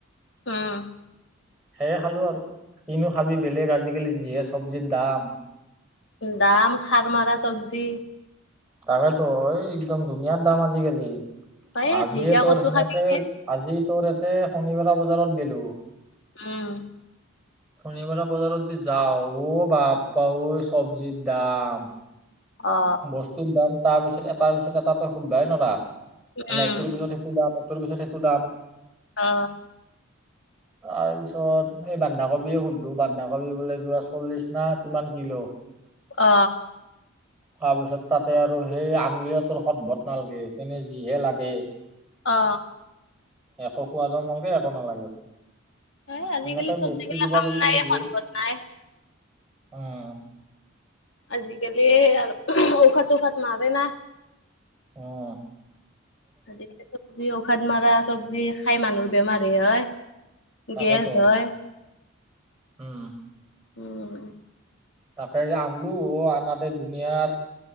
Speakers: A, on the left; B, in the centre.
A: উম।
B: সেয়ে খালো আৰু, কিনো খাবি বেলেগ আজিকালি, যিহে চবজিৰ দাম।
A: দাম, খাৰ মাৰা চব্জি।
B: তাকেতো, এই একদম দুনীয়াৰ দাম আজিকালি।
A: এ
B: আজিয়ে
A: ঢেকীয়া
B: তোৰ
A: কচু
B: সেনেকে,
A: খাবি নে
B: আজি তোৰ এতে শনিবৰা বজাৰত গেলো।
A: উম।
B: শনিবৰা বজাৰত যে যাওঁ, অ বাপ্পা ঐ! চব্জিৰ দাম!
A: অ
B: বস্তুৰ দাম, তাৰ পিছত এটাৰ পিছত এটা তই সুধবাই নৰা, মানে
A: উম
B: এইটোৰ পিছত সেইটো দাম। টোৰ পিছত সেইটো দাম।
A: অ।
B: তাৰপিছত সেই বান্ধাকবিয়ে সুধলো, বান্ধাকবি বোলে কিবা চল্লিশ না কিমান কিলো।
A: অ।
B: তাৰপিছত তাতে আৰু সেই আঙ <unintelligible> নালগে, তেনে যিহে লাগে।
A: অ।
B: একো খোৱাদো নালগে, একো নালাগে।
A: এ আজিকালি
B: সেনেকে
A: চবজিগিলা
B: বস্তু কিবা
A: কাম
B: কিবি
A: নাই,
B: সুধিলো
A: সদ-ভত নাই।
B: উম।
A: আজিকালি আৰু ঔষধ, চৌষধ মাৰে না?
B: অ'।
A: আজিকালিতো যি ঔষধ মৰা চব্জি খাই মানুহৰ বেমাৰে হয়।
B: তাকেটো
A: গেছ হয়
B: উম।
A: উম।
B: তাকে আনলো, অ, আনাতে দুনিয়াৰ